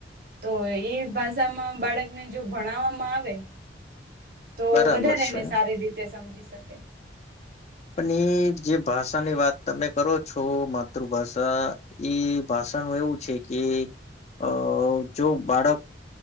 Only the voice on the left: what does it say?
બરાબર
છે
પણ એ જે ભાષાની વાત તમે કરો છો માતૃભાષા એ ભાષાનું એવું છે કે અહ જો બાળક